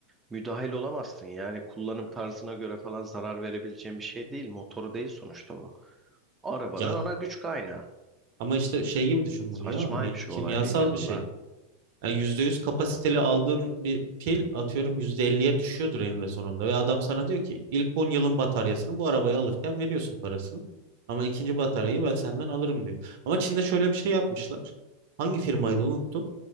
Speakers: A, on the right; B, on the right.
A: müdahil olamazsın. Yani kullanım tarzına göre falan zarar verebileceğin bir şey değil. Motoru değil sonuçta bu. Arabanın
B: ya
A: ana güç kaynağı.
B: ama işte şey gibi düşün
A: Saçmaymış
B: bunu ya. Hani kimyasal
A: o olay bilmiyordum
B: bir şey.
A: ben.
B: Yani %100 kapasiteli aldığın bir pil atıyorum yüzde elliye düşüyordur eninde sonunda. Ve adam sana diyor ki ilk 10 yılın bataryasını bu arabayı alırken veriyorsun parasını. Ama ikinci bataryayı ben senden alırım diyor. Ama Çin'de şöyle bir şey yapmışlar. Hangi firmaydı unuttum.